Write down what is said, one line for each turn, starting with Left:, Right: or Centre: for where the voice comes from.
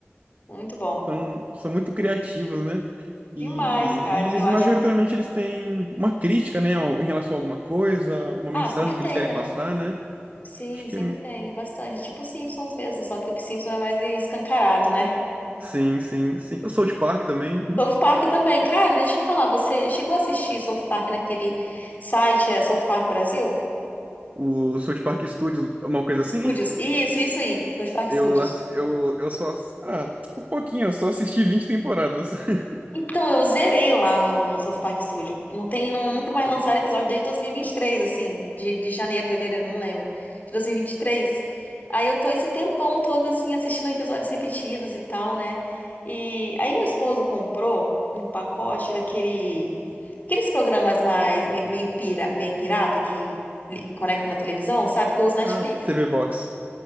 Left: Muito bom.
Right: são, são muito criativos, né?
Left: Demais,
Right: E
Left: cara.
Right: eles,
Left: E eu acho
Right: majoritariamente,
Left: que.
Right: eles têm uma crítica, né, ao- em relação a alguma coisa, uma
Left: Ah,
Right: mensagem
Left: sempre tem,
Right: que eles querem
Left: né?
Right: passar, né?
Left: Sim,
Right: Acho que
Left: sempre tem, bastante. Tipo os Simpsons mesmo, só que o Simpsons é mais escancarado, né?
Right: sim, sim, sim. O South Park também, uhum.
Left: South Park também. Cara, deixa eu te falar, você chegou a assistir South Park naquele site, é South Park Brasil?
Right: o South Park Studios, uma coisa assim.
Left: Studios. Isso, isso aí. South Park
Right: Eu,
Left: Studios.
Right: ass- eu, eu só. ass- Ah, um pouquinho, eu só assisti vinte temporadas. <laughs>
Left: Então, eu zerei lá no, no South Park Studio. Não tem, não, nunca mais lançaram episódio desde 2023, assim, de, de janeiro, fevereiro, não lembro. De 2023. Aí eu tô esse tempão todo, assim, assistindo episódios repetidos e tal, né? E aí meu esposo comprou um pacote daquele, aqueles programas mais, me- meio pira, meio pirata que li- conecta na televisão, sabe? Que eu uso Netflix.
Right: Ah, TV Box.